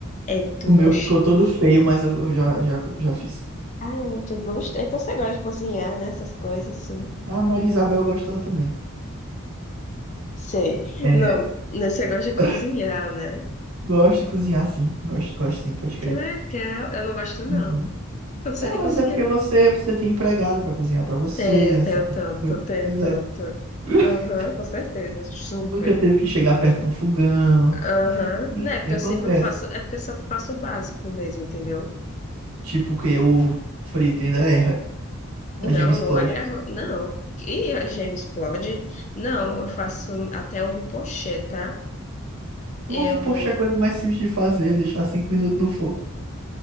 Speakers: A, on the left (about 35°); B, on the right (about 80°).
A: É muito
B: O
A: gostoso.
B: meu ficou todo feio, mas eu, eu já, já, já fiz.
A: Ah, é muito gosto. Então você gosta de cozinhar, né? Essas coisas assim.
B: A Maria Isabel gostou também.
A: Sei.
B: É,
A: Não, né, você gosta de cozinhar,
B: <laughs>
A: né?
B: Gosto de cozinhar, sim. Gosto, gosto sim, pode crer.
A: Que legal. Eu não gosto, não.
B: Uhum.
A: Eu não sei
B: Tá,
A: nem
B: mas
A: cozinhar.
B: é porque você, você tem empregada pra cozinhar pra você,
A: tem
B: né?
A: tem
B: Você tem-
A: tanto, tem
B: Pois
A: tanto.
B: é. <laughs>
A: Aham, com certeza, super.
B: Nunca teve que chegar perto de um fogão.
A: Aham, Né, porque
B: E acontece.
A: eu sempre faço, é porque eu só faço o básico mesmo, entendeu?
B: Tipo que o ovo frito ainda erra. A
A: Não,
B: gema explode.
A: eu não erro, não. E a gema explode? Não, eu faço até ovo pochê, tá? Eu,
B: O Ovo, poxa, é a coisa mais simples de fazer, deixar cinco minutos no fogo.